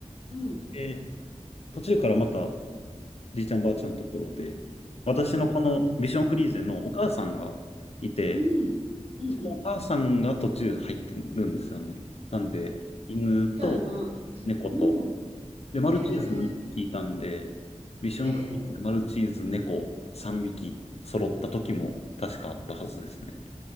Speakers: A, on the right; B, on the left.
A: うん、
B: で、途中からまた、じいちゃんばあちゃんのところで、私のこのビションフリーゼのお母さんがいて、
A: うん、うん、うん、うん。
B: そのお母さんが途中入ってるんですよね。
A: うん
B: なんで、犬と
A: じゃあ今、
B: 猫と、
A: うん。
B: で、マルチーズ1匹いたんで、
A: ええ
B: ビションフリーでマルチーズ、
A: え
B: 猫3匹揃った時も確かあったはずですね。